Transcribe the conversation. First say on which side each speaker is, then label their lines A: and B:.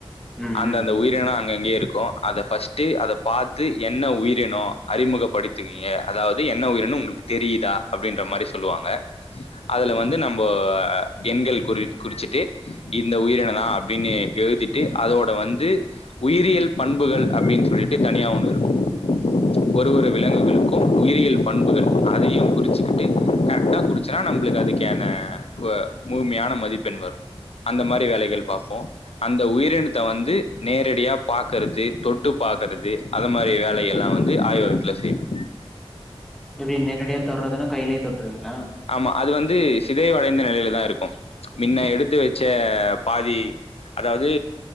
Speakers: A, in the centre; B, on the left.
A: ம்
B: அந்த
A: ம்
B: அந்த உயிரினோ அங்கங்கயே இருக்கு அத ஃபஸ்ட்டு அத பாத்து என்ன உயிரினோ அறிமுகப்படுத்திகங்க அதாவது அது என்ன உயிரனம் உங்களுக்கு தெரிதா அப்டின்ற மாரி சொல்லுவாங்க அதுல வந்து நம்ப அ எண்கள் குறி குறிச்சுட்டு இந்த உயிரின தா அப்டின்னு எழுதி ட்டு அதோட வந்து உயிரியல் பண்புகள் அப்டின் சொல்லிட்டு தனியா ஒண்ணு இருக்கு ஒரு ஒரு விலங்குகளுக்கு உயிரிய பண்புகள் அதையு குறிச்சுக்கிட்டு கரெக்டா குறிச்சனா நம்ளுக்கு அதுக்கான ப்ப முழுமையான மதிப்பெண் வரு அந்த மாரி வேலைகள் பார்ப்போ அந்த உயிரினத்த வந்து நேரடியா பாக்கறது தொட்டு பாக்கறது அது மாதிரி வேலை எல்லா வந்து ஆய்வகத்துல செய்வோ
A: எப்டி நேரடியா தொட்றதுனா கையிலயே தொட்டுருவீங்ளா
B: ஆமா அது வந்து சிதைவடைந்த நிலையில தா இருக்கு மின்ன எடுத்து வச்ச பாதி அதாவது